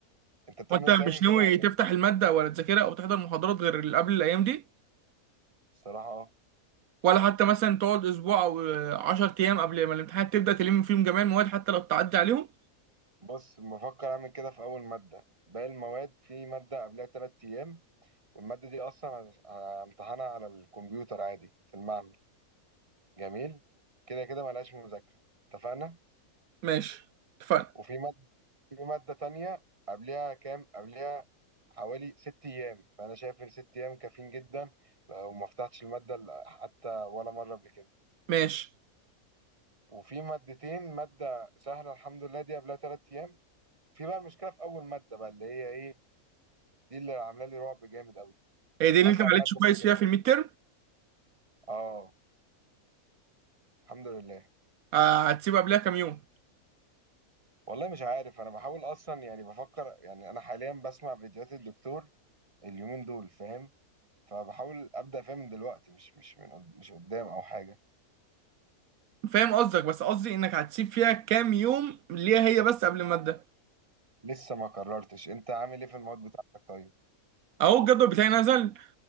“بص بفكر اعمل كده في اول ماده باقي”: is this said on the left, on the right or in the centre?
Right